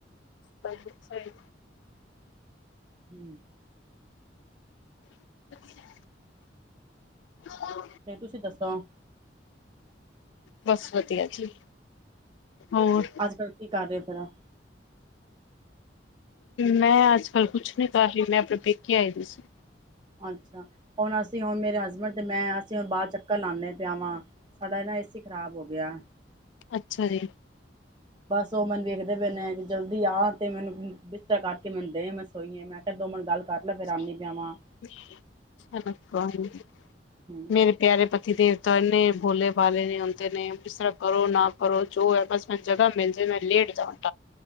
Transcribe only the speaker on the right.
ਹੂੰ।
ਫੇ ਤੁਸੀਂ ਦੱਸੋ?
ਅੱਜ-ਕੱਲ ਕੀ ਕਰ ਰਏ ਓ ਫੇਰਾ
ਅੱਛਾ, ਹੁਣ ਅਸੀਂ ਹੁਨ ਮੇਰੇ ਹਸਬੈਂਡ ਤੇ ਮੈਂ ਅਸੀਂ ਹੁਣ ਬਾਰ ਚੱਕਰ ਲਾਨੇ ਪੇ ਆ ਵਾਂ, ਸਾਡਾ ਨਾ ਏ ਸੀ ਖ਼ਰਾਬ ਹੋ ਗੇਆ।
ਬਸ ਓ ਮਨ ਵੇਖਦੇ ਪਏ ਨੇ ਜਲਦੀ ਆ ਤੇ ਮੈਨੂੰ ਬਿਸਤਰ ਕਰਕੇ ਮੈਨੂੰ ਦੇ ਮੈਂ ਸੋਈਏ ਮੈਂ ਕੇਆ ਦੋ ਮੇਨ ਗੱਲ ਕਰ
ਲੈ ਫਿਰ ਆਉਂਦੀ ਪਿਆ ਵਾਂ ਹੂੰ